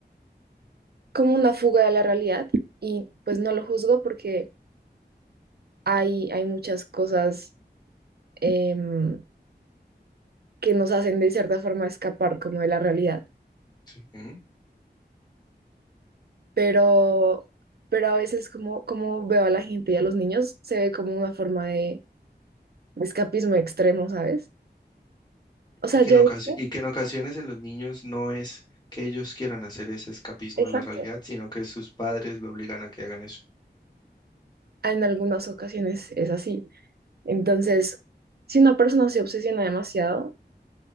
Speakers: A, on the right (about 65°); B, on the left (about 25°).
A: como una fuga de la realidad y pues no lo juzgo porque hay, hay muchas cosas em, que nos hacen de cierta forma escapar como de la realidad,
B: Sí. Ujú.
A: pero, pero a veces como, como veo a la gente y a los niños se ve como una forma de, de escapismo extremo, ¿sabes? O
B: Y
A: sea,
B: que
A: yo
B: en
A: he
B: ocasi-
A: visto,
B: y que en ocasiones en los niños no es que ellos quieran hacer ese escapismo
A: exacto,
B: de la realidad, sino que sus padres lo obligan a que hagan eso.
A: en algunas ocasiones es así. Entonces, si una persona se obsesiona demasiado,